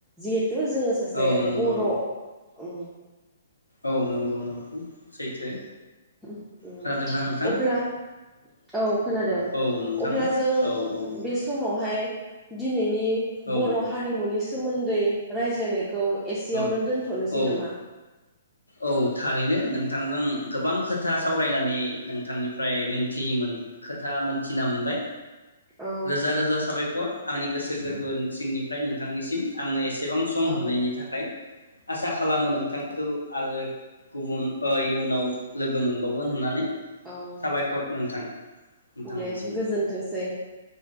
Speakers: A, in the centre; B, on the left.
A: जि थु जोङो सासे
B: औ नंगौ
A: बर' उम
B: औ नंगौ नंगौ सैथो।
A: <unintelligible>
B: खोनादोंना नोंथां
A: उ अब्ला औ खोनादों
B: औ नोंथां
A: अब्ला जों
B: औ औ
A: बे समावहाय दिनैन बे
B: औ
A: बर' हारिमुनि सो सोमोन्दै रायज्लायनाय खौ एसेयावनो
B: औ
A: दोन्थ'नोसै
B: औ
A: नामा
B: औ थारैनो नोंथांजों गोबां खोथा सावरायनानै नोंथांनिफ्राय मोनथिमोन खोथा मोनथिना मोनबाय
A: औ
B: रोजा रोजा साबाय खर आंनि गोसो गोरबो सिंनिफ्राय नोंथांनिसिम आंनो एस एसेबां सम
A: औ
B: होनायनि थाखाय आसा खालामो नोंथांखौ आरो गुबुन ओ इयुनाव लोगो मोनबावगोन होननानै
A: औ
B: साबायखर नोंथां नोंथांनिसिम
A: दे गोजोनथोंसै